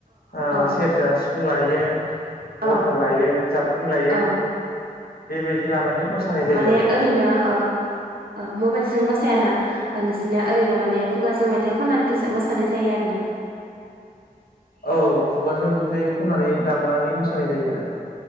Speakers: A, on the left; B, on the right.
A: ओ
B: औ
A: सेरजा सिफुं लायो गरखा
B: औ
A: लायो जाबख्रिं लायो
B: औ
A: बेबायदि लानानै मोसानाय जायो
B: माने
A: आरो
B: ओरैनो ओ मबाइलजों मोसायाना नोंसोरनिया ओरैनो माने खुगाजों मे मेथाइ खनानै मोसानाय जायो आरोना?
A: औ खुगाजों मेथाइ खननानै दामनानै मोसानाय जायो आरो।